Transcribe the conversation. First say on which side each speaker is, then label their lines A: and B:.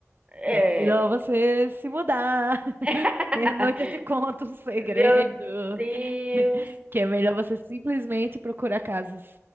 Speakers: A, on the right; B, on the right.
A: É.
B: é melhor você se mudar. <laughs>
A: <laughs>
B: Meia-noite eu te conto um segredo,
A: Meu Deus.
B: <laughs> que é melhor você simplesmente procurar casas